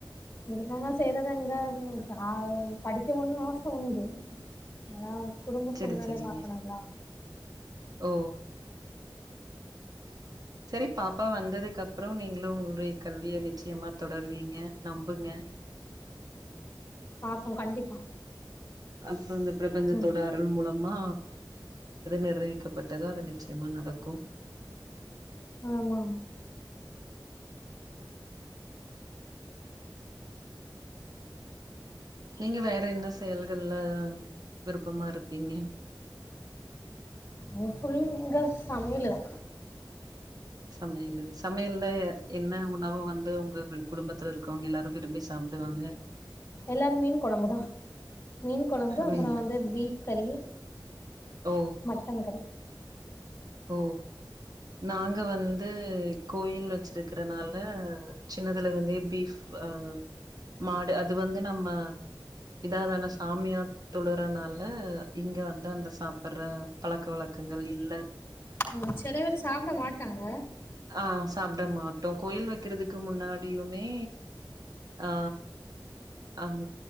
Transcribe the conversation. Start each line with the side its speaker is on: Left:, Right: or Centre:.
Left: விருப்பமா செய்யறது எங்க ஆ படிக்க போணும்னு ஆச உண்டு ஆனா குடும்ப சூழ்நிலைய
Right: சரி சரிங்க
Left: பாக்கணுங்களா
Right: ஓ செரி பாப்பா வந்ததுக்கப்றோ நீங்களு உங்களுடைய கல்விய நிச்சயமா தொடர்வீங்க நம்பு ங்க
Left: பாப்போ கண்டிப்பா
Right: அப்ற இந் த பிரபஞ்சத்தோட
Left: ம்
Right: அருள் மூலமா நிர்விக்கப்பட் டதோ அது நிச்சயமா நடக்கும்
Left: ஆமாமா
Right: நீங்க வேற என்ன செயல்கள்ல விருப்பமா இருப்பிங்க
Left: நா ஃபுல்லுங்க சமயலுதா
Right: சமயலு சமையல்ல என்ன உணவு வந் து உங்கள் குடும்பத்துல இருக்கவங்க எல்லாரு விரும்பி சாப்டுவாங்க
Left: எல்லாரு மீன் கொழம்புதா மீன் கொழம்பு அப்பற
Right: மீன்
Left: வந்து பீஃப் கறி
Right: ஓ
Left: மட்டன் கறி
Right: ஓ நாங்க வந்து கோயில் வெச்சிருக்கறனால சின்னதுல இருந்தே பீஃப் அ மாடு அது வந்து நம்ம இதாதான சாமியா தொழ றனால இங்க வந்து அந்த சாப்படுற பழக்க வழக்கங்கள் இல்ல
Left: ஆ செல வேரு சாப்பட மாட்டாங்க
Right: ஆ சாப்பட மாட்டோ கோயில் வெக்கறதுக்கு முன்னாடியு மே ஆ அந்